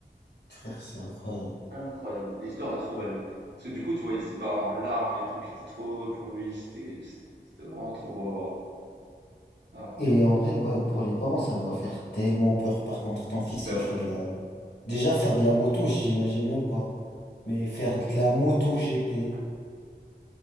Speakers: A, on the left; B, on the right.
A: Frère, c'est incroyable.
B: Incroyable, l'histoire est trop belle. Parce que du coup, tu voyais ses parents en larmes et tout, qui étaient trop heureux pour lui. C'était, c'était, c'était vraiment trop beau à voir. Ah, franchement.
A: Et en vrai, ouais, pour les parents, ça doit faire tellement peur. Par contre, ton fils,
B: Bah
A: il
B: ouais.
A: fait de la... Déjà, faire de la moto, j'imagine même pas. Mais faire de la moto GP.